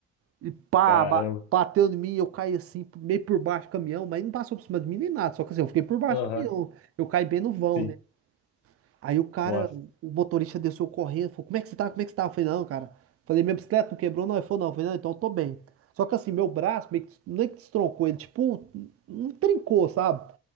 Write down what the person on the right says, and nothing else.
E pá,
ba- bateu em mim, eu caí assim, meio por baixo do caminhão, mas não passou por cima de mim nem nada, só que assim, eu fiquei por baixo
do caminhão, eu caí bem no vão,
né? Aí o cara,
o motorista desceu correndo, falou, como é que você tá, como é que você tá? Eu falei, não, cara, falei, minha bicicleta não quebrou? Não, ele falou, não, eu falei, não, então eu tô bem. Só que assim, meu braço meio que, não é que destroncou, ele tipo, não trincou, sabe?